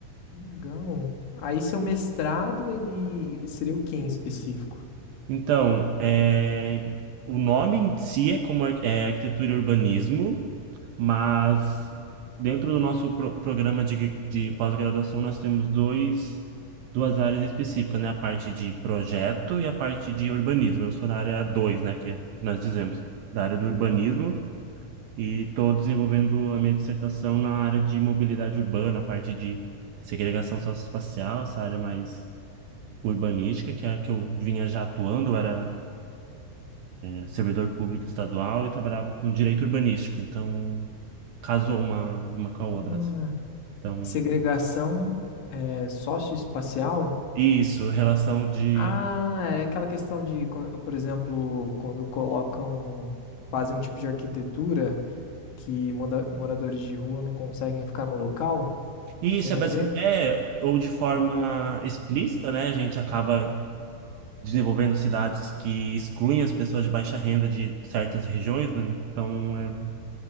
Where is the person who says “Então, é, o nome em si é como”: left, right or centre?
Right